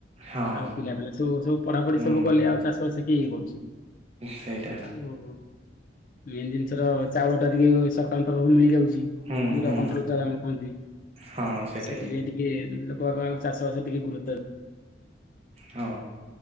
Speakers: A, on the right; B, on the left.
A: ହଁ
B: ଆଉ ପିଲା ପିଲା ସବୁ ସବୁ ପଢାପଢି
A: ହୁଁ
B: ସବୁ କଲେ। ଆଉ ଚାଷ ବାସ କିଏ ଇଏ କରୁ ଚି,
A: ସେଇଟା
B: ଆଉ ମେନ୍ ଜିନିଷ ର ଚାଉଳ ଟା ଟିକେ ସରକାରଙ୍କ ତରଫରୁ ମିଳିଯାଉଚି।
A: ହୁଁ
B: ଯୋଉଟା
A: ହୁଁ
B: କୋଣ୍ଟ୍ରଲ <unintelligible>
A: ହଁ ସେଇଟା
B: ସେଥିପାଇଁ
A: ହିଁ
B: ଟିକେ ଲୋକବାକ ଆଉ ଚାଷବାସରେ ଟିକେ ଗୁରୁତର
A: ହଁ